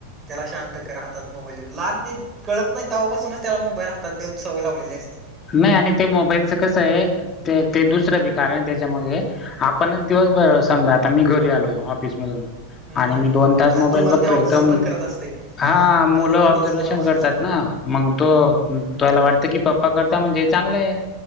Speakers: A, on the right (about 20°); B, on the left (about 25°).
A: त्याला शांत करा हातात मोबाईल <unintelligible> कळत नाही तवापासूनच त्याला मोबाईल हातात देऊन सवय लावलेली असत्या.
B: नाही आणि ते मोबाईलच कसं आहे ते ते दुसरं बी कारण आहे त्याच्यामागे आपणच दिवसभर समजा आता मी घरी आलो ऑफिस मधून.
A: हम्म
B: आणि मी
A: हम्म
B: दोन तास मोबाईल
A: आ- तुम्हाला
B: बघतोयं
A: ते ऑब्झर्व
B: तंम
A: पण
B: --
A: करत असते
B: हा. मुलं
A: त्याला पण
B: ऑब्झर्वेशन
A: तेच करा वाटतं
B: करतात ना. मग तो तुला
A: हम्म,
B: वाटत की प <unintelligible> करता म्हणजे चांगलंयं.